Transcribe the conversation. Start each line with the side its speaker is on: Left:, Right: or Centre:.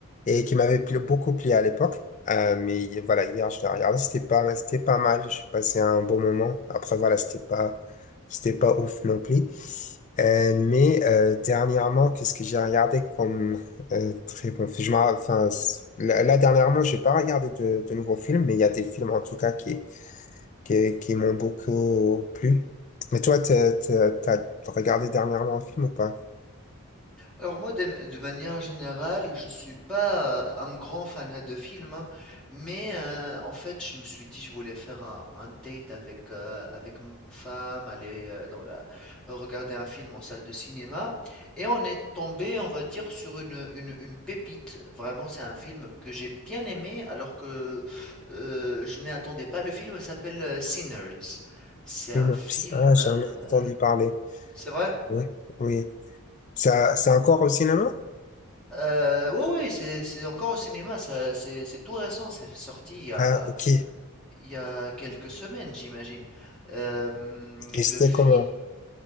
Left: et qui m'avait plu- beaucoup plu à l'époque. Euh, mais voilà, hier, je l'ai regardé, c'était pas, c'était pas mal. J'ai passé un bon moment. Après, voilà, c'était pas, c'était pas ouf non plus. Euh, mais euh, dernièrement, qu'est-ce que j'ai regardé comme euh, très bon film. Je m'en- enfin, c- là, là, dernièrement, j'ai pas regardé de, de nouveaux films, mais il y a des films en tout cas qui, qui, qui m'ont beaucoup plu. Mais toi, t'as, t'as- t'as regardé dernièrement un film ou pas?
Centre: Alors moi, de, de manière générale, je suis pas euh, un grand fanat de films, hein, mais euh, en fait, je me suis dit, je voulais faire un, un date avec, euh, avec ma femme, aller euh, dans la, regarder un film en salle de cinéma, et on est tombé, on va dire, sur une, une, une pépite. Vraiment, c'est un film que j'ai bien aimé, alors que euh, je m'y attendais pas. Le film s'appelle euh, Sinners. C'est
Left: Synopsis.
Centre: un film,
Left: Ah, j'en
Centre: euh,
Left: ai entendu parler.
Centre: c'est vrai?
Left: Oui, oui. Ça, c'est encore au cinéma?
Centre: Euh, oui, ouais, c'est, c'est encore au cinéma, ça, c'est, c'est tout récent, c'est sorti il y
Left: Ah,
Centre: a,
Left: ok.
Centre: il y a quelques semaines, j'imagine. Euh, hum,
Left: Et c'était
Centre: le film,
Left: comment?